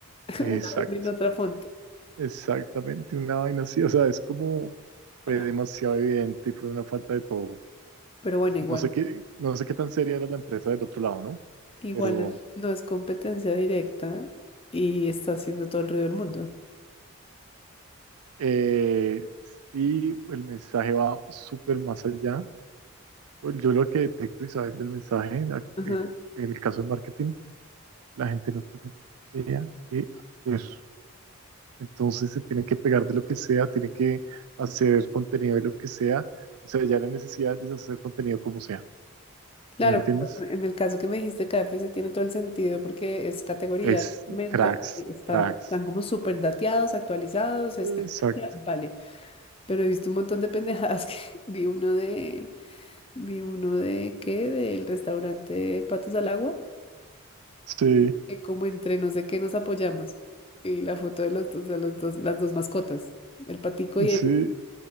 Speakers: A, on the left (about 25°); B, on the right (about 80°).
A: <laughs>
B: Exacto,
A: una M en otra fuente.
B: exactamente, una vaina así, o sea, es como fue
A: Ah,
B: demasiado evidente y fue una falta de todo.
A: Pero bueno, igual,
B: No sé qué, no sé qué tan seria era la empresa del otro lado, ¿no?
A: igual
B: Pero
A: no es competencia directa y está haciendo todo el ruido del mundo.
B: eh, sí, el mensaje va súper más allá. Pues Yo lo que detecto, Isabel, del mensaje, a-
A: Ajá.
B: eh, en el caso del marketing, la gente no tiene idea qué hacer. Entonces se tienen que pegar de lo que sea, tienen que hacer contenido de lo que sea. O sea, ya la necesidad de hacer contenido como sea.
A: Claro,
B: ¿Me entiendes?
A: bueno, en el caso que me dijiste, KFC tiene todo el sentido porque es categoría,
B: Es
A: segmento,
B: cracks,
A: y están,
B: cracks.
A: están como súper dateados, actualizados, es
B: Exacto.
A: tendencia, vale. Pero he visto un montón de pendejadas que <laughs> vi uno de, vi uno de, ¿qué? Del restaurante Patos al Agua,
B: Sí,
A: que como entre no sé qué nos apoyamos. Y la foto de los dos, de los dos, las dos mascotas, el patico y
B: sí.
A: el...